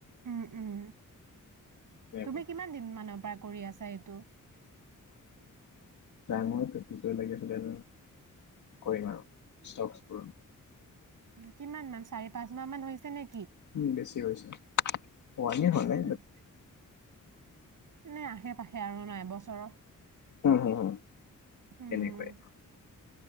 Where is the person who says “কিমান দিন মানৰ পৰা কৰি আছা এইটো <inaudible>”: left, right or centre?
Right